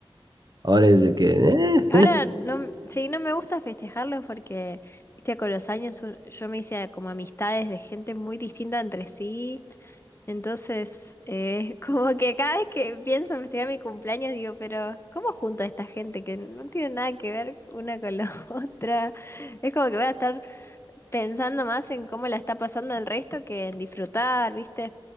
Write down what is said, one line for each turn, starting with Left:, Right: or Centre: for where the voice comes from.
Right: Ahora es de que, eh,
Left: Ahora no, m- sí, no me gusta festejarlos porque, viste, con los años un- yo me hice como amistades de gente muy distinta entre sí. Entonces, eh, <laughs> como que cada vez que pienso en festejar mi cumpleaños, digo, pero ¿cómo junto a esta gente que no tiene nada que ver una con la <laughs> otra? Es como que voy a estar pensando más en cómo la está pasando el resto que en disfrutar, ¿viste?